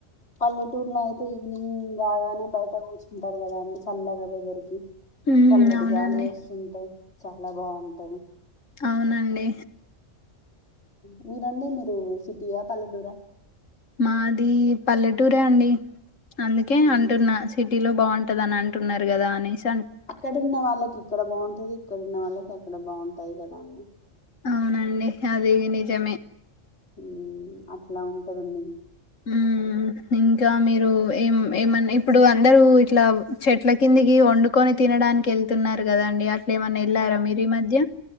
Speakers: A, on the left; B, on the left.
A: పల్లెటూర్ లో అయితే ఈవినింగ్ కాగానే బయట కూర్చుంటారు కదా అండి చల్లగా వెదర్ కి
B: ఉమ్
A: చల్లటి
B: అవునండి
A: గాలి వస్తుంటాయి చాలా బాగుంటది
B: అవునండి
A: మీరండి మీరు సిటీయా పల్లెటూరా
B: మాది పల్లెటూరే అండి అందుకే
A: ఉమ్,
B: అంటున్నా సిటీ లో బాగుం పదంటున్నారు కదా అనిసి
A: అక్కడ ఉన్న వాళ్ళకి ఇక్కడ బాగుంటది అక్కడ ఉన్న వాళ్ళకి అక్కడ బాగుంటాయి కదా అని
B: అవునండి అది నిజమే
A: హ్మ్ అట్లా ఉంటది <inaudible>
B: హ్మ్ ఇంకా మీరు ఏం ఏమన్నా ఇప్పుడు అందరూ ఇట్లా చెట్ల కిందికి వండుకొని తినడానికి వెళ్తున్నారు కదా అండి అట్లే ఏమైనా ఎల్లారా ఈ మధ్య